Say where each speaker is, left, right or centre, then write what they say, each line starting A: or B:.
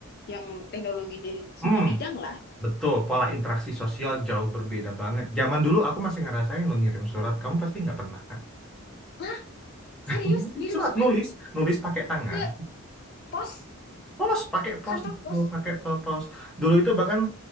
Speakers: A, on the left; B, in the centre.
A: yang teknologi dari semua
B: Hmm.
A: bidang lah.
B: Betul, pola interaksi sosial jauh berbeda banget. Zaman dulu aku masih ngerasain lo ngirim surat, kamu pasti nggak pernah kan?
A: Lah, serius
B: Ngirim
A: ngirim
B: Surat
A: surat
B: nulis, nulis pakai tangan,
A: ke pos
B: pos pakai pos
A: kantor pos
B: dulu, pakai to- pos. Dulu itu bahkan